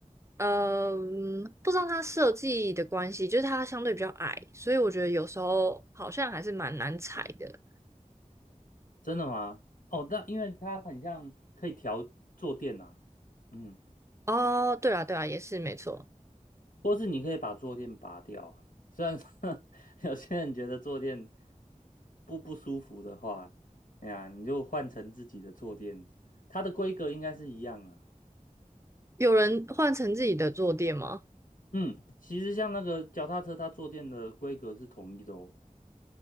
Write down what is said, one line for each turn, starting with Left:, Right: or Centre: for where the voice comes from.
Right: 嗯、不知道它设计的关系，就是它相对比较矮，所以我觉得有时候好像还是蛮难踩的。
Left: 真的吗？哦，但因为它很像可以调坐垫啊，嗯，
Right: 哦，对啦，对啦，也是没错。
Left: 或是你可以把坐垫拔掉啊，虽然说 <laughs> 有些人觉得坐垫不不舒服的话，哎呀，你就换成自己的坐垫，它的规格应该是一样啊。
Right: 有人换成自己的坐垫吗？
Left: 嗯，其实像那个脚踏车，它坐垫的规格是统一的哦。